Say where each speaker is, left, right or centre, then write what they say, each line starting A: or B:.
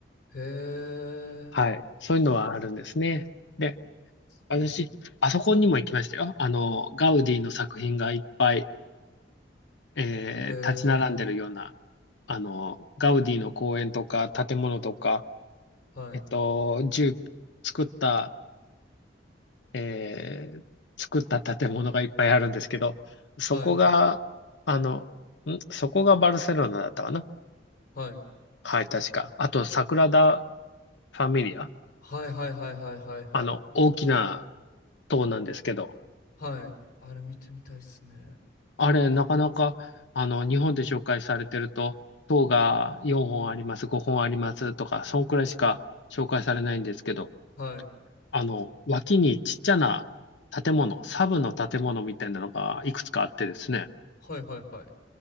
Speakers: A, on the left; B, on the left.
A: へえ。
B: はい。そういうのはあるんですね。で私、
A: うん。
B: あそこにも行きましたよ。あの、ガウディの作品がいっぱい、えー立ち並んでるような、
A: へえ。
B: あの、ガウディの公園とか、建物とか、
A: はい。
B: えっと、住、作った、えー作った建物がいっぱいあるんですけど、そこが、
A: はい。
B: あの、んそこがバルセロナだったかな
A: はい。
B: はい、確か。あと、サグラダ・ファミリア。
A: はいはいはいはいはいはい。
B: あの、大きな塔なんですけど、
A: はい。あれ見てみたいっすね。
B: あれ、なかなか、あの、日本で紹介されてると、塔が4本あります、5本ありますとか、そんくらいしか紹介されないんですけど、
A: はい。
B: あの、脇にちっちゃな建物、サブの建物みたいなのがいくつかあってですね、
A: はいはいはい。